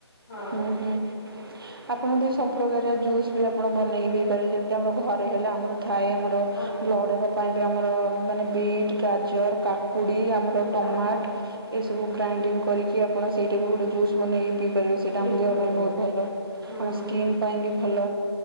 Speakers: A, in the centre; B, on the right (about 55°).
A: ହଁ।
B: ହୁଁ ହୁଁ। ଆପଣ ବି ସବୁ ପ୍ରକାରିଆ ଜୁସ୍ ବି ଆପଣ ବନେଇ ବି ପାରିବେ ଯେମିତି ଆମର ଘରେ ହେଲା ଆମର ଥାଏ ଆମର୍ ର
A: ଆଜ୍ଞା
B: ବ୍ଲଡ଼ ହେବା ପାଇଁ ବି ଆମର ମାନେ ବିଟ୍ ଗାଜର କାକୁଡ଼ି ଆମର ଟମାଟ
A: ଆଜ୍ଞା
B: ଏସବୁ ଗ୍ରାଇଣ୍ଡିଙ୍ଗ କରିକି ଆପଣ ସେଇଟାକୁ ଗୋଟେ ଜୁସ୍ ବନେଇକି ପିଇ ପାରିବେ ସ୍ ସେଇଟା
A: ପିଇ
B: ଆମ ଦେହ
A: ପାରିବେ
B: ପାଇଁ ବୋହୁତ ଭଲ
A: ହୁଁ
B: ଆମ ସ୍କିନ୍ ପାଇଁ ବି ଭଲ।